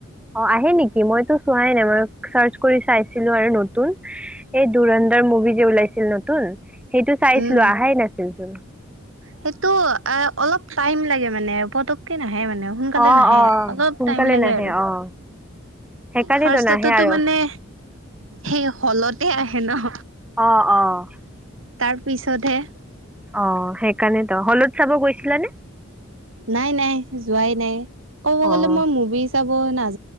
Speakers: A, in the centre; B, on the right.
A: অ আহে নেকি? মইতো চোৱাই নাই মই চাৰ্চ কৰি চাইছিলো আৰু নতুন এই দুৰন্দাৰ মুভি যে ওলাইছিল নতুন সেইটো চাইছিলোঁ
B: উম
A: অহাই নাছিলচোন,
B: সেইটো এ অলপ টাইম লাগে মানে পতককে আহে মানে সোনকালে
A: অ
B: নাহে
A: অ
B: অলপ
A: সোনকালে
B: টাইম লাগে
A: নাহে
B: আৰু
A: অ সেইকাৰণেতো
B: ফাৰ্ষ্টটো
A: নাহে আৰু
B: মানে সেই হলতে আহে। সেনহ
A: অহ অহ
B: তাৰপিছতহে
A: অ সেই। কালি তো হলত চাব গৈছিলা নে।
B: নাই নাই যোৱাই নাই ক'ব
A: অ',
B: গলে মই মুভি চাব না।